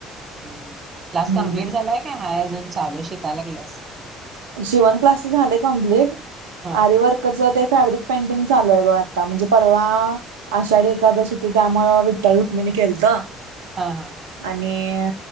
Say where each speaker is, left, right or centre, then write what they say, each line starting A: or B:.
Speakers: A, on the right (about 35°); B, on the right (about 70°).
A: हं, हं. क्लास
B: हम्म
A: कम्प्लीट झालाय का? हाय अजून, चालूय. शिकायला लागल्यास.
B: शिवनक्लासचं झालय कंप्लीट.
A: हा
B: आरी वर्क चं ते फॅब्रिक पेंटिंग चालूय बघ आता. म्हणजे परवा आषाढी एखादस होती. त्यामुळं, विठ्ठल- रुक्मीनी केलत.
A: हा, हा, हा.
B: आणि